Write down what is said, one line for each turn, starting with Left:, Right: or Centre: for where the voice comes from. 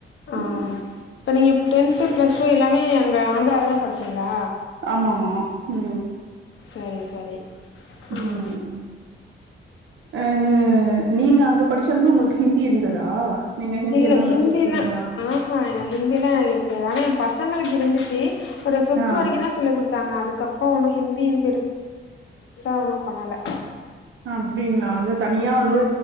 Left: ஆ
Right: ம்
Left: இப்ப நீங்க டென்த் பிளஸ் டூ எல்லாமே அங்க ஆந்திராலதா படிச் சீங்களா
Right: ஆமாம்மா ம்
Left: சரி சரி ஆ
Right: ம் ஆ நீங்க நீங்க அங்க படிச்சாலுமே உங்களுக்கு ஹிந்தி இருந்ததா நீங்க ஹிந்தி
Left: இல்ல
Right: எல்லா
Left: ஹிந்தில்லா
Right: படிச்சிருக்கீங்களா
Left: அ அ நா ஹிந்தி எல்லா எனக்கு தெரியாது ஆனா ஏ பசங்களுக்கு இருந்துச்சி ஒரு ஃபிஃப்த்
Right: ஆ
Left: வரைக்குந்தா சொல்லிக் குடுத்தாங்க அதுக்கப்பறோ ஒன்னு ஹிந்தின்னு பெருசா ஒன்னு பண்ணல
Right: அப்டிங்களா இல்ல தனியா வந்து
Left: ஆ